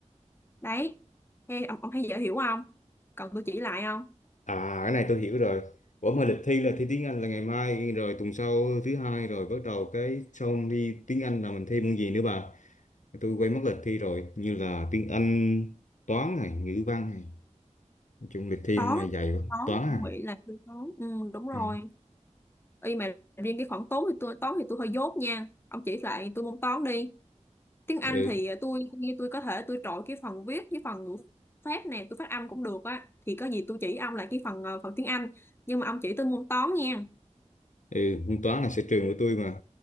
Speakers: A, on the left (about 20°); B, on the left (about 75°).
A: đấy Ê, ông, ông thấy dễ hiểu không cần tôi chỉ lại không
B: À cái này tôi hiểu rồi. Ủa mà lịch thi là thi tiếng Anh là ngày mai rồi tuần sau thứ hai rồi bắt đầu cái xong thi tiếng Anh là mình thi môn gì nữa bà? Tôi quay mất lịch thi rồi, như là tiếng Anh, toán này, ngữ văn này. Nói chung lịch thi
A: toán
B: năm nay dày quá,
A: toán
B: toán à.
A: tôi nghĩ là tôi toán ừ, đúng rồi
B: ừ.
A: y mà riêng cái khoản toán thì tôi toán thì tôi hơi dốt nha ông chỉ lại tôi môn toán đi tiếng Anh
B: Ừ.
A: thì à, tôi như tôi có thể tôi trội cái phần viết với phần ngữ pháp nè tôi phát âm cũng được á thì có gì tôi chỉ ông lại cái phần ờ, phần tiếng Anh nhưng mà ông chỉ tôi môn toán nha
B: ừ toán là sở trường của tôi mà